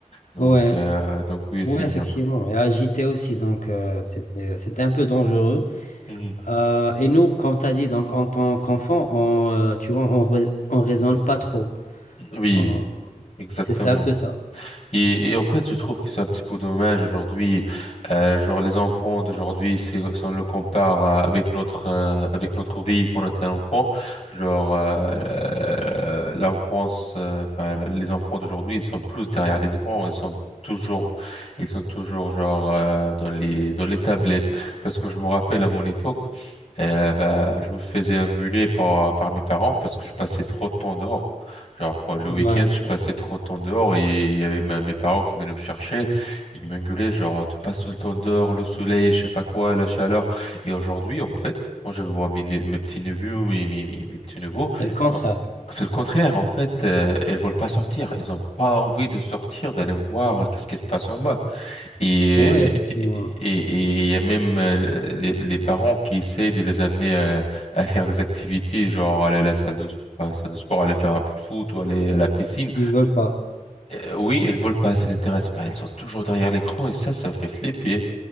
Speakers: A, on the left; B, on the left.
A: Donc,
B: ouais.
A: euh, donc oui,
B: Oui,
A: c'est bien.
B: effectivement, et agité aussi, donc euh, c'était c'était un peu dangereux.
A: Mhm.
B: Euh, et nous, comme tu as dit, donc en tant qu'enfant, on, euh, tu vois, on, rais- on raisonne pas trop.
A: Oui,
B: On-
A: exactement.
B: C'est c'est un peu ça.
A: Et, et en fait, je trouve que c'est un petit peu dommage aujourd'hui. Euh, genre, les enfants d'aujourd'hui, si, si on le compare euh, avec notre euh, avec notre vie quand on était enfant, genre euh, l'enfance, euh, enfin les enfants d'aujourd'hui, ils sont plus derrière les écrans, ils sont toujours, ils sont toujours genre euh, dans les dans les tablettes. Parce que je me rappelle à mon époque, euh, bah, je me faisais engueuler par par mes parents parce que je passais trop de temps dehors. Genre, quand- le
B: Ouais,
A: week-end, je passais trop de temps dehors et il y avait ma- mes parents qui venaient me chercher. Ils m'engueulaient, genre, «Ah, tu passes tout le temps dehors, le soleil, je sais pas quoi, la chaleur. Et aujourd'hui, en fait, moi, je vois mes, ne- mes petits-neveux, mes, mes, mes, mes petits-neveux.
B: c'est le contraire.
A: oh, C'est le contraire, en fait, euh, elles veulent pas sortir. Elles ont pas envie de sortir, d'aller voir qu'est-ce qui se passe en bas. Et
B: Oui, effectivement,
A: et et il y a même euh, les, les parents qui essaient de les amener à, à faire des activités, genre aller à la salle de, pas à la salle de sport, aller faire un peu de foot ou aller à la piscine.
B: ils veulent pas.
A: Euh, oui, elles veulent pas, ça l'intéresse pas. Elles sont toujours derrière l'écran et ça, ça me fait flipper.